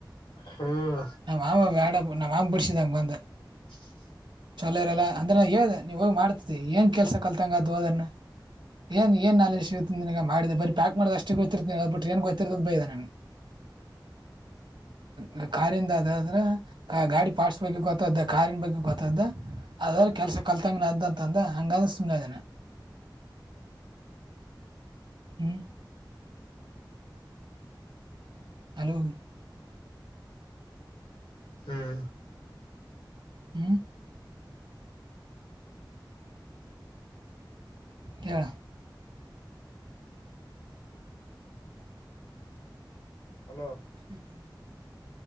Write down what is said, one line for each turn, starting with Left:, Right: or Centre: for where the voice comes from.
Left: ಹ್ಮ್
Right: ನಾ ಅವ ನ್ಯಾಡ ನಾ ಮಾಂಮ್ಬರ್ಸಿದ ಅ ಬಂದು.
Left: <inaudible>
Right: <unintelligible> ಇರಲ್ಲ ಅಂದ್ರೆ ಹೇಳದೆ ನೀವ್ ಹೋಗಿ ಮಾಡ್ತತಿ ಏನ್ ಕೆಲ್ಸ ಕಲ್ತಂಗ ಅದು ಹೋದನ್ನ. ಏನ್ ಏನಾಲ್ಡಜ ಸಿಗುತ್ತೆ ನಿನಗ ಮಾಡಿದ ಬರಿ ಪ್ಯಾಕ್ ಮಾಡದ ಅಷ್ಟೇ ಗೊತ್ತಿರ್ತದ ಬಿಟ್ಟ ಏನ್ ಗೊತ್ತ <unintelligible> ಬಯ್ದಾನು
Left: ಹ
Right: ಕಾ ಕಾರಿಂದ ಅದ್ ಅದ್ರೆ ಗಾಡಿ ಪಾರ್ಟ್ಸ್ ಬಗ್ಗೆ ಗೊತ್ತ್ದ ಕಾರಿನ ಬಗ್ಗೆ ಗೊತ್ತ್ದ. ಅದ್ರ ಕೆಲ್ಸ ಕಲ್ತಂಗ ಅತತಂದ್ದ ಹಂಗಂದ್ರೆ ಸುಮ್ಮನಾದೆನಾ. ಹ್ಮ ಹಲೋ
Left: ಹ್ಮ್
Right: ಹ್ಮ್ ಹೇಳ
Left: ಅಲೋ
Right: ಹ್ಮ ಹ್ಮ